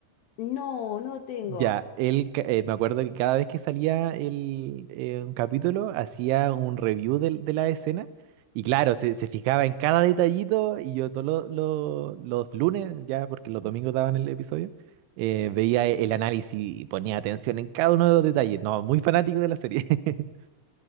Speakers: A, on the left; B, on the right.
A: No, no lo tengo.
B: Ya, él, ca- eh, me acuerdo que cada vez que salía el, eh, un capítulo, hacía un review del- de, la escena y claro, se, se fijaba en cada detallito y yo todos los lunes, ya porque los domingos daban el episodio, eh, veía el análisis y ponía atención en cada uno de los detalles. No, muy fanático de la serie. <laughs>